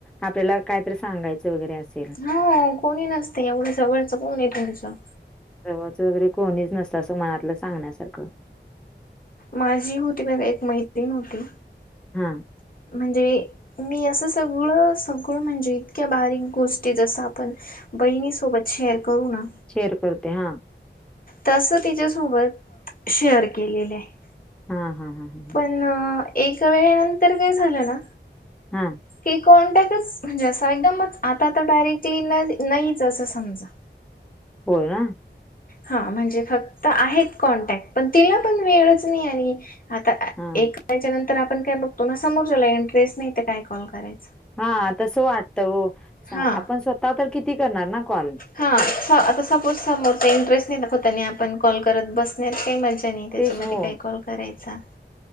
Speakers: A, in the centre; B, on the left.
A: आपल्याला कायतरी सांगायचं वगैरे अस
B: हा कोणी नसते एवढं जवळचं कोण आहे तुमचं?
A: जवळच वगैरे कोणीच नसतं असं मनातलं सांगण्यासारखं
B: माझी होती ब बाई एक मैत्रीण होती
A: हा.
B: म्हणजे मी असं सगळं सगळं म्हणजे इतक्या बारीक गोष्टी जसं आपण बहिणी सोबत शेअर करू ना
A: शेअर करते हा.
B: तस तिच्यासोबत शेअर केलेले आहे.
A: हा हा हा ह
B: पण एक वेळे नंतर काय झालं ना
A: हम
B: की कोॉन्टॅक्टच म्हणजे असं एकदमच आता तर डायरेक्टली नाहीच असं समजा
A: होय ना?
B: हा म्हणजे फक्त आहेत कॉन्टॅक्ट पण तिला पण वेळच नाही आणि आता
A: हा
B: एक करायच्या नंतर आपण काय बघतो ना समोर झाला इंटरेस्ट नाही तर काय कॉल करायच
A: हा तसं वाटतं हो
B: हा
A: आपण स्वतः तर किती करणार ना कॉल?
B: हा स आता सपोज समोर काही इंटरेस्ट नाही दाखवता नाही आपण कॉल करत बसण्यात काही मज त्याच्यामध्ये
A: तेच हो
B: काही कॉल करायचा